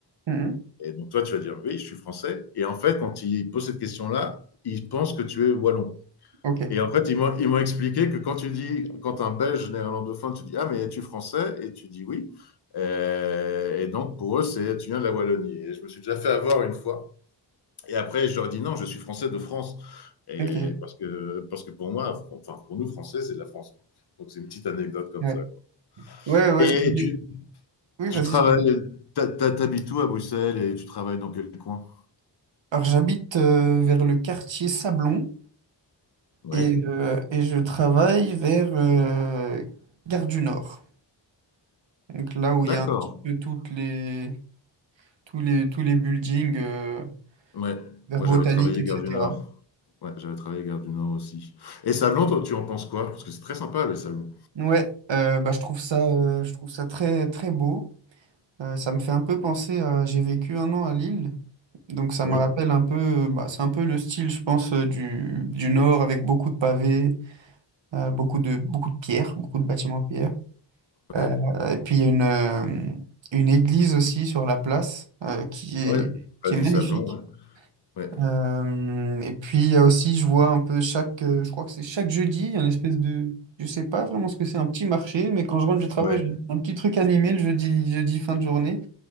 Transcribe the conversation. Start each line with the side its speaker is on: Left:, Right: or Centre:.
Right: Mm, mm.
Left: Et donc toi, tu vas dire, oui, je suis français. Et en fait, quand ils posent cette question-là, ils pensent que tu es wallon.
Right: Ok,
Left: Et en fait, ils m'ont, ils m'ont expliqué que quand tu dis, quand un Belge néerlandophone, tu dis, ah, mais es-tu français? Et tu dis oui. Euh, et donc, pour eux, c'est, tu viens de la Wallonie. Et je me suis déjà fait avoir une fois. Et après, je leur dis, non, je suis français de France. Et
Right: ok,
Left: parce que, parce que pour moi, enfin, pour nous, français, c'est de la France. quoi. Donc, c'est une petite anecdote comme
Right: ouais.
Left: ça, quoi.
Right: Ouais, ouais.
Left: Et, et
Right: j'ai-
Left: tu,
Right: Oui,
Left: tu
Right: vas-y.
Left: travailles,
Right: je t'en-
Left: t'ha- t'ha- t'habites où à Bruxelles et tu travailles dans quel coin?
Right: Alors, j'habite euh, vers le quartier Sablon
Left: Oui.
Right: et, euh, et je travaille vers euh, Gare du Nord. Donc là où
Left: D'accord.
Right: il y a un petit peu toutes les, tous les, tous les buildings euh,
Left: Ouais.
Right: vers
Left: Moi,
Right: Botanique,
Left: j'avais travaillé
Right: etc.
Left: Gare du Nord. Ouais, j'avais travaillé Gare du Nord aussi. Et Sablon, toi, tu en penses quoi? Parce que c'est très sympa, le Sablon.
Right: Ouais, euh, bah, je trouve ça, euh, je trouve ça très, très beau. Euh, ça me fait un peu penser à... J'ai vécu un an à Lille, donc ça me
Left: Oui,
Right: rappelle un peu... euh, Bah, c'est un peu le style, je pense, euh, du, du Nord avec beaucoup de pavés. euh, beaucoup de, beaucoup de pierres, beaucoup de bâtiments en pierre. Euh,
Left: oui.
Right: et puis il y a une, euh, une église aussi sur la place euh, qui est,
Left: Ouais. Place
Right: qui est magnifique.
Left: du Sablon, ouais. Ouais,
Right: Euh, et puis il y a aussi, je vois un peu chaque, euh, je crois que c'est chaque jeudi, il y a une espèce de, je sais pas vraiment ce que c'est, un petit marché, mais quand je rentre du travail,
Left: ouais,
Right: j'ai un petit truc animé le jeudi, jeudi fin de journée,